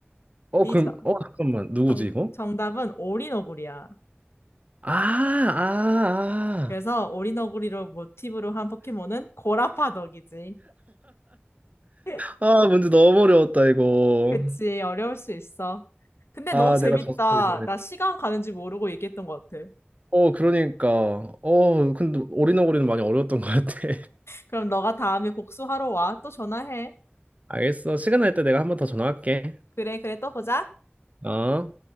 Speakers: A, on the right; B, on the left.
A: 어,
B: 이
A: 그럼,
B: 정,
A: 어, 잠깐만. 누구지,
B: 정-
A: 이거?
B: 정답은 오리너구리야.
A: 아, 아,
B: 그래서
A: 아,
B: 오리너구리로 모티브로 한 포켓몬은 고라파덕이지. <laughs>
A: 아, 문제 너무 어려웠다, 이거.
B: 그치, 어려울 수 있어. 근데
A: 아,
B: 너무 재밌다.
A: 내가 졌어, 이번에.
B: 나 시간 가는지 모르고 얘기했던 것 같아.
A: 어, 그러니까. 어, 근데 오리너구리는 많이 어려웠던 것 같아. <laughs>
B: 그럼 너가 다음에 복수하러 와. 또 전화해.
A: 알겠어. 시간 날 때 내가 한 번 더 전화할게.
B: 그래, 그래, 또 보자.
A: 어?